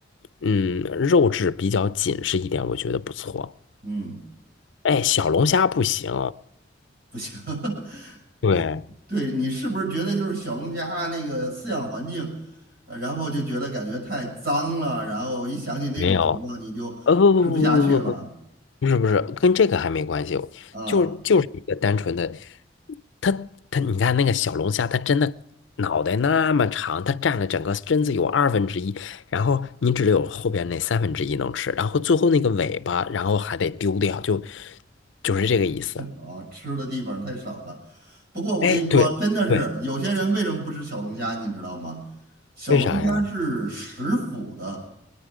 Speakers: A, on the left (about 75°); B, on the right (about 55°).
A: 嗯，肉质比较紧实一点，我觉得不错。
B: 嗯。
A: 哎，小龙虾不行，
B: 不行，<laughs>
A: 对，
B: 你对你是不是觉得就是小龙虾那个饲养环境，呃然后就觉得感觉太脏了，然后一想起那种情况你就吃不下去了
A: 没有，呃，不不不不不不不，不是不是，跟这个还没关系，
B: 啊，
A: 就就是一个单纯的，它它，你看那个小龙虾，它真的脑袋那么长，它占了整个身子有二分之一，然后你只有后边那三分之一能吃，然后最后那个尾巴，然后还得丢掉，就就是这个意思。
B: 哦，吃的地方太少了。不过我跟你说，
A: 哎，对对，
B: 真的是有些人为什么不吃小龙虾，你知道吗？小龙虾是食腐的。
A: 为啥呀？